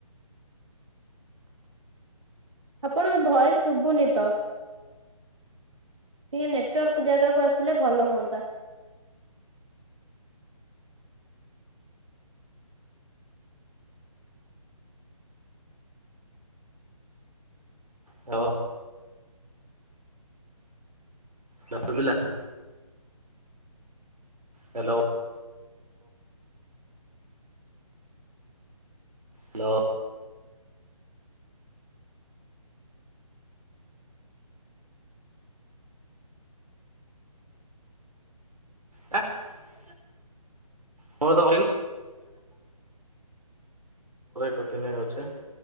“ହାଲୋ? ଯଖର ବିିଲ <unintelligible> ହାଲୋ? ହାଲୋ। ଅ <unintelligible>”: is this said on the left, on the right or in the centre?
Right